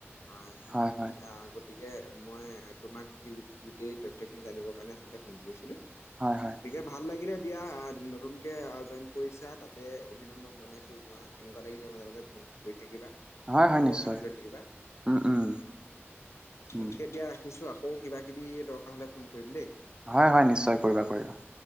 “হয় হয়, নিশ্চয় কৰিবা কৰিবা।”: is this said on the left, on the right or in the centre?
Right